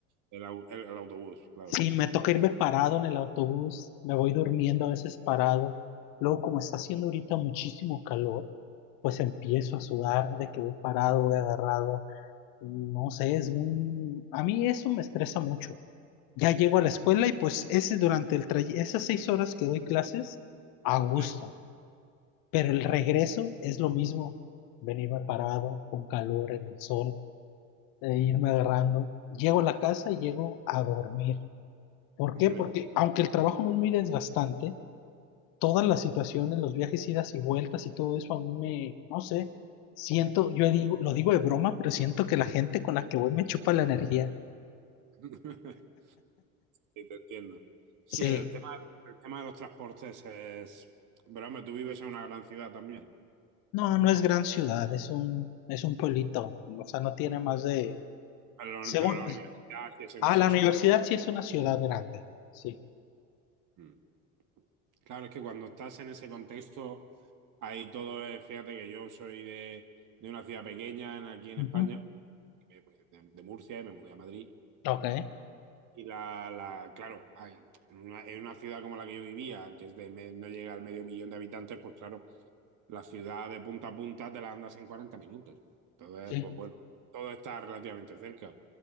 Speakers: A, on the right (about 50°); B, on the left (about 60°).
A: el au- el- el autobús, claro.
B: Sí, me toca irme parado en el autobús. Me voy durmiendo a veces parado. Luego, como está haciendo ahorita muchísimo calor, pues empiezo a sudar de que voy parado, voy agarrado. No sé, es un, A mí eso me estresa mucho. Ya llego a la escuela y pues ese durante el tray- esas seis horas que doy clases, a gusto.
A: Sí,
B: Pero el regreso es lo mismo. Venirme parado, con calor, en el sol, e irme agarrando. Llego a la casa y llego a dormir. ¿Por
A: hombre,
B: qué? Porque aunque el trabajo no es muy desgastante, todas las situaciones, los viajes, idas y vueltas y todo eso, a mí me, no sé, siento, yo digo, lo digo de broma, pero siento que la gente con la que voy me chupa la energía.
A: <laughs> sí, te entiendo. Sí,
B: Sí,
A: el tema, el tema de los transportes es... Pero hombre, tú vives en una gran ciudad también,
B: no, no es gran ciudad, es un, es un pueblito, o sea, no tiene más de,
A: pero,
B: según,
A: pero la universidad sí es un...
B: ah,
A: sí
B: la
A: es
B: universidad
A: un-
B: sí es una ciudad grande, sí.
A: Mm. Claro, es que cuando estás en ese contexto, ahí todo es... Fíjate que yo soy de, de una ciudad pequeña en- aquí en
B: Ujú.
A: España, eh, pues, de, de Murcia, y me mudé a Madrid.
B: Ok,
A: Y la, la claro, hay- en una, en una ciudad como la que yo vivía, que es de me- no llega al medio millón de habitantes, pues claro, la ciudad de punta a punta te la andas en 40 minutos. Entonces,
B: sí,
A: pues bueno, todo está relativamente cerca.